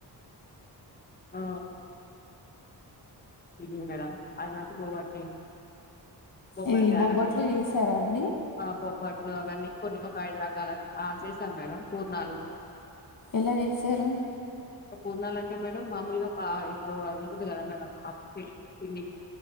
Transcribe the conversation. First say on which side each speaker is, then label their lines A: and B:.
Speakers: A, on the left; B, on the left.
A: ఆ ఇది మేడం ఐదు గంటలకి పోవాల్సి బొబ్బరి
B: ఇది
A: గారెలు,
B: బొబ్బట్లు చేసారా అండి
A: ఆ బొబ్బట్లు అవన్నీ కొన్ని ఒక ఐదు రకాల, ఆ చేసాం మేడం. పూర్ణాలు
B: ఎలా చేసారు
A: పూర్ణాల అంటే మేడం మామూలుగా పా ఇప్పుడు అది ఉంటుంది కదా మేడం. పి పిండి